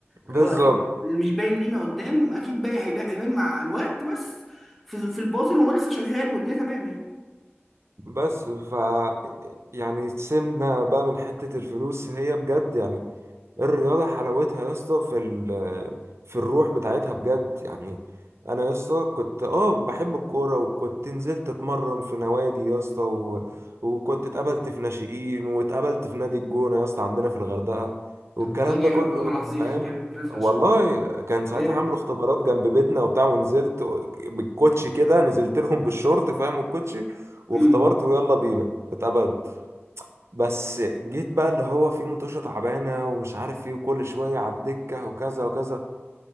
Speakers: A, on the right (about 75°); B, in the centre.
A: بالظبط
B: اللي هو اكيد اللي مش باين لينا قدام اكيد باين هيبان هيبان مع الوقت بس في في الباطن هو لسه شغال والدنيا تمام يعني
A: بس ف يعني سيبنا بقى من حتة الفلوس هي بجد يعني الرياضة حلاوتها يا اسطى في ال في الروح بتاعتها بجد يعني انا يا اسطى كنت اه بحب الكورة وكنت نزلت اتمرن في نوادي يا اسطى و... وكنت اتقابلت في ناشئين واتقابلت في نادي الجونة يا اسطى عندنا في الغردقة والكلام
B: طب والله جامد
A: ده كله
B: والله العظيم
A: فاهم
B: <laughs> جامد جامد فشخ
A: والله كان ساعتها
B: جامد
A: عاملوا اختبارات جنب بيتنا وبتاع ونزلت بالكوتشي كده نزلت لهم بالشورت فاهم الكوتشي واختبرت
B: امم
A: ويلا بينا اتقبلت بس جيت بقى اللي هو في متوشة تعبانة ومش عارف ايه وكل شوية على الدكة وكذا وكذا